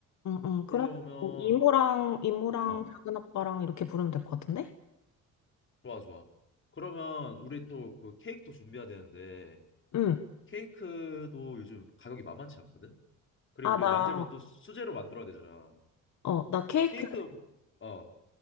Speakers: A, on the left; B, on the left.
A: 응 응
B: 그러면,
A: 그러면 뭐 이모랑 이모랑
B: 어,
A: 작은 아빠랑 이렇게 부르면 될 것 같은데?
B: 좋아, 좋아. 그러면 우리 또 그 케이크도 준비해야 되는데
A: 응
B: 케이크도 요즘 가격이 만만치 않거든? 그리고
A: 아,
B: 우리
A: 나,
B: 만들면 또 수제로 만들어야 되잖아.
A: 어, 나 케이크,
B: 케이크 뭐- 어